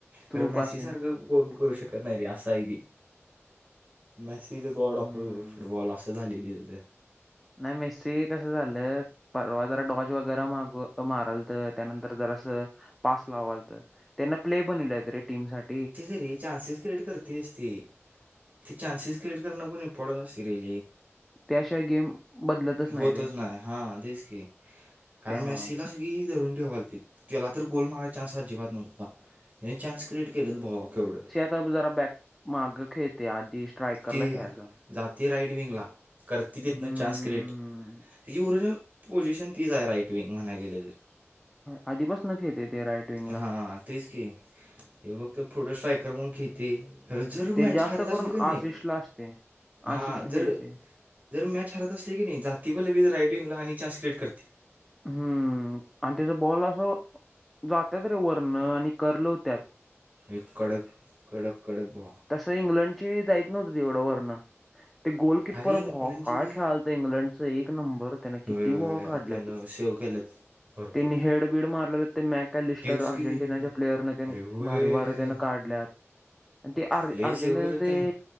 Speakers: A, in the centre; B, on the right (about 35°).
A: थ्रू
B: खरं मॅसी
A: पासिंग
B: सारखं कोन करू शकत नाही रे अस आहे ते Messi the god
A: hmm
B: of football अस झालय इथ
A: नाही मॅसी कसं झालं परवा जरा डॉज वगैरे माग मारालत तर त्यानंतर जरासं पास लावालत त्यांना प्ले बनविल्यात रे टीम साठी
B: तेच रे चान्सेस क्रिएट करतयच ते ते चान्सेस क्रिएट करंन पण इम्पॉर्टंट असतय रे लई
A: त्याशिवाय गेम बदलतच
B: होतच
A: रे
B: नाही हा तेच की कारण
A: त्यामुळं
B: मॅसी लाच ती धरून ठेवालती त्याला तर गोल मारयचा चान्स अजिबात नव्हता चान्स क्रिएट केला केलं भावा केवढं
A: ज बॅक माग खेळते आधी स्ट्रायकरला
B: ती
A: खेळायचा
B: जाते राईटविंगला करते देत
A: हम्म
B: नाही चान्स क्रिएट तेची ओरिजिनल पोझिशन तीच आहे राईट विंग म्हणायला गेलं तर
A: आधीपासून खेळतय ते राईट विंगला
B: हा तेच की हे फक्त पुढं स्ट्रायकर म्हणून खेळतय खर जर
A: ते
B: मॅच
A: जास्त
B: हारत
A: करून
B: असली का नाही
A: आशिषला असते आशिष
B: हां जर
A: देते
B: जर मॅच हरत असली की नाही जातय बघ लगेच राईट विंगला आणि चान्स क्रिएट करतय
A: हम्म आणि त्याच बॉल असं जात्यात रे वरनं आणि कर्ल होत्यात
B: एक कडक कडक कडक भावा
A: तसं इंग्लंडची जाईत नव्हतीत एवढं वरण ते गोलकीपर
B: अरे इंग्लंडची
A: भावा काय खेळालत इंग्लंडचा एक नंबर त्याने किती
B: होय होय
A: बॉल काढल्यात
B: त्यानं सेव्ह केलेत भरपूर
A: त्यांनी हेडबीड मारलेले ते मॅक कॅलिस्टर
B: तेच
A: अर्जेंटिनाच्या
B: की
A: प्लेयरन तेन
B: अरे होय
A: भारी भारी त्यान काढल्यात आणि ते अर्
B: लय
A: अर्जेंटिनाचे
B: सेव्ह केलं त्यानं